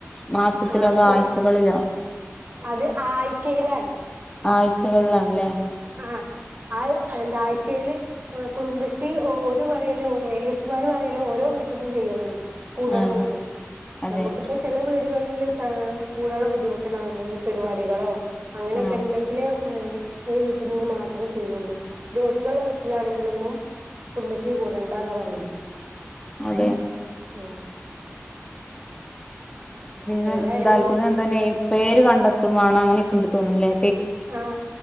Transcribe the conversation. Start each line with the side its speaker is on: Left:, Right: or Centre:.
Left: മാസത്തിലോ
Right: ആഹ്
Left: അതോ ആഴ്ചകളിലോ?
Right: അത് ആഴ്ചയിലാണ്
Left: ആഴ്ചകള്ളിലണ്ല്ലേ.
Right: ആഹ അത് എന്താ ആഴ്ചയില്. കുടുംബശ്രീ ഒരു പറയല്ലേ എ ഡി എസ്മാർ പറയല്ലോ ഓരോ വീട്ടിൽ നിന്നും ചെയ്യണെന്നാണ്. കൂടണം
Left: ആഹ്
Right: എന്നാണ്
Left: അതെ
Right: നമുക്കിപ്പം ചില വീടുകളിൽ കൂടുള്ള ബുദ്ധിമുട്ടുണ്ടോ എന്തെങ്കിലും പരിപാടികളോ അങ്ങനെയൊക്കെ
Left: ആഹ്
Right: ഉണ്ടെങ്കിലെ ഒരു വീട്ടിൽ നിന്ന് മാത്രം ചെയ്യുള്ളൂ രോഗികളുടെ വീട്ടിലാണെങ്കിലൊന്നും. കുടുംബശ്രീ കൂടണ്ട എന്നാ പറയല്.
Left: അതെ
Right: ഓ
Left: പിന്നെ
Right: ഏതായാലും
Left: എന്താൽക്കൂന്ന് എന്ത തന്നെഈ പേര് കണ്ടെത്തും വേണം അങ്ങനെയൊക്കെൊണ്ട് തോന്നൂലേ
Right: ആഹ